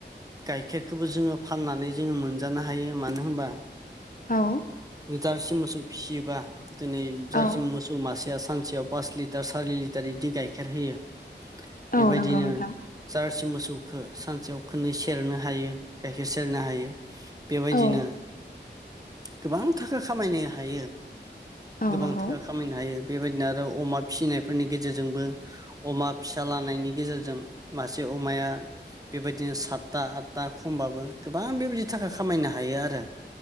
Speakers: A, on the right; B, on the left.
A: गाइखेरखौबो जोङो फाननानै जोङो मोनजानो हायो मानो होमबा
B: औ।
A: जारसि मोसौ फिसियोबा दिनै
B: औ
A: जारसि मोसौ सौ मासेया सानसेयाव पास लिटार सारि लिटार इदि गाइखेर होयो। बेबायदिनो
B: औ नंगौ नोंथां
A: जारसि मोसौखो सानसेयाव खोननै सेरनो हायो गाइखेर सेरनो हायो। बेबायदिनो
B: औ
A: गोबां थाखा खामायनो हायो।
B: औ
A: गोबां
B: नंगौ
A: थाखा खामायनो हायो बेबायदिनो आरो अमा फिसिनायफोरनि गेजेरजोंबो अमा फिसा लानायनि गेजेरजों मासे अमाया बेबायदिनो सात ताहात्ता खमबाबो गोबां बेबायदि थाखा खामायनो हायो आरो।